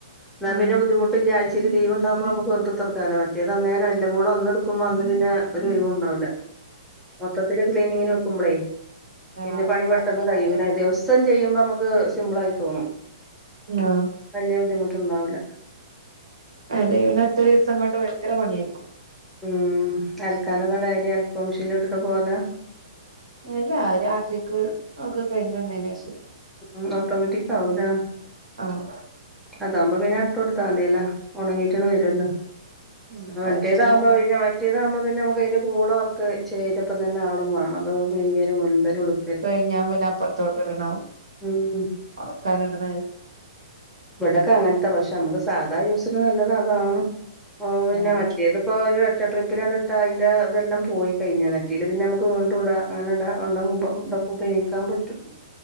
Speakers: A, in the centre; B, on the right (about 85°).
A: എന്നാ
B: ഉം
A: പിന്നെ ബുദ്ധിമു <unintelligible> ആഴ്ചയിൽ ലീവ് ഉണ്ടാകുമ്പോ നമ്മള് ഓരോരുത്തർക്കും മറ്റേത് അന്നേരം എല്ലേ കൂടെ ഒന്നെടുക്കുമ്പോ അന്ന് പിന്നെ ഒരു ലീവും ഉണ്ടാവുല്ല. മൊത്തത്തില് ക്ലീനിങ്ങിന് വെക്കുമ്പോളേ
B: ആഹ്
A: പിന്നെ പണി പെട്ടെന്ന്
B: അപ്പൊ പിന്നെ
A: കഴിയൂല്ലേ
B: അധികം പണിയില്ല
A: അത വസം ചെയ്യുമ്പോ നമുക്ക് സിമ്പിളായി തോന്നും
B: ആഹ്
A: വല്ല്യ ബുദ്ധിമുട്ടുണ്ടാവൂല്ല
B: അല്ല ഇവന് ഒറ്റ ദിവസം കൊണ്ട് ഭയങ്കര പണിയാര്ക്കും
A: ഉം അലക്കാനൊക്കെ ഡെയിലി അലക്ക് മെഷീനിൽ ഇട്ടിട്ട് പോല
B: അല്ല ഒരാഴ്ചക്ക് ഒക്കെ കഴിഞ്ഞു വന്നെൻ ശേഷ
A: ഉം ഓട്ടോമാറ്റിക് ആവൂല
B: ആഹ്
A: അതാവുമ്പോ പിന്നെ ഇട്ട് കൊടുത്ത മതില്ല ഉണങ്ങിട്ടണ് വരുല്ലോ
B: ഉം
A: മറ്റേതാവുമ്പോ
B: അത് കഴിഞ്ഞ്
A: പിന്നെ മറ്റേതാവുമ്പോ പിന്നെ നമുക്ക് അതി കൂടെവർക്ക് ചെയ്തപ്പം തന്നെ ആളും വേണം അത് വെയ്യും മുൻപലുംടു
B: കഴിഞ്ഞാ പിന്നെ അപ്പറത്തോട്ട് ഇടണം
A: ഉം
B: ഉണക്കാനിടണത്
A: ഇവിടൊക്കെ അങ്ങനത്തൊ പക്ഷെ നമുക്ക് സാധാ യൂസിന് നല്ലത് അതാണ് ഓ പിന്നെ
B: ആഹ്
A: മറ്റേതിപ്പോ ഒരു ഒറ്റ ട്രിപ്പിലങ്ങിട്ട അയിന്റെ ഇതെല്ലാം പോയി കഴിഞ്ഞ മറ്റേല് പിന്നെ നമുക്ക് വീണ്ടൂടാ അങ്ങനിട കൂട കൂട ഉപയോഗിക്കാൻ പറ്റും.